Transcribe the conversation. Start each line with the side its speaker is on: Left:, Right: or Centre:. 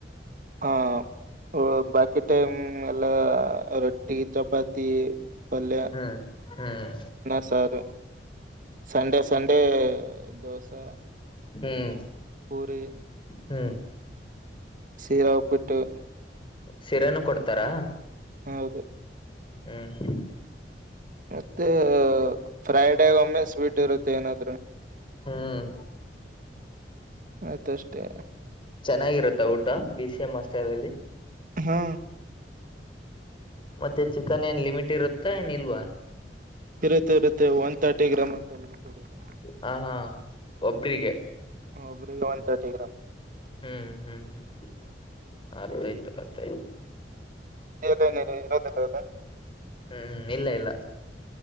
Right: ಹಾ ಒಹ್ ಬಾಕಿ ಟೈಮ್ ಎಲ್ಲ ರೊಟ್ಟಿ ಚಪಾತಿ ಪಲ್ಯಾ.
Left: ಹ್ಮ್ ಹ್ಮ್
Right: ನ ಸಾರ <inaudible> ಸಂಡೆ ಸಂಡೇ ದೋಸೆ
Left: ಹ್ಮ್
Right: ಪೂರಿ
Left: ಹ್ಮ್ <inaudible>
Right: ಸೀರಾವ ಪಿಟ್ಟು
Left: ಸಿರಾ ನು ಕೊಡ್ತಾರಾ
Right: ಹ ಹೌದು
Left: ಹ್ಮ್ ಹ
Right: ಮತ್ತೆ ಫ್ರೈಡ್ ಆಗ ಒಮ್ಮೆ ಸ್ವೀಟ್ ಇರುತ್ತೆ ಮತ್ತ ಏನಾದ್ರೂ
Left: ಹ್ಮ್
Right: <unintelligible> ಆಯ್ತ ಅಷ್ಟೇ
Left: ಚೆನ್ನಾಗಿರುತ್ತ ಊಟ ಬಿ ಸಿ ಎಂ ಮಾಸ್ಟರ್ ಅಲ್ಲಿ
Right: ಹಾ
Left: ಮತ್ತೆ ಚಿಕನ್ ಏನ್ ಲಿಮಿಟ್ ಇರುತ್ತಾ ಏನ್ ಇಲ್ವಾ
Right: ಇರುತ್ತೆ ಇರುತ್ತೆ ಒನ್ ತರ್ಟಿ ಗ್ರಾಮ ಅಂತಲ್ಲಿ ಉಂಟಿರುದು
Left: ಹಾ ಹಾ ಒಬ್ರರಿಗೆ
Right: ಒಬರಿಗೆ ಒನ್ ತರ್ಟಿ ಗ್ರಾಮ್
Left: <inaudible> ಹ್ಮ್ ಹ್ಮ್ ಹ್ಮ್ ಅರ್ಥ ಆಯ್ತು ಅರ್ಥಾಯಯ್ತು
Right: ಜಲ್ಲ ಇರೋದಿಲ್ಲ ಅಲ್ಲ
Left: ಹ್ಮ್ ಇಲ್ಲ ಇಲ್ಲ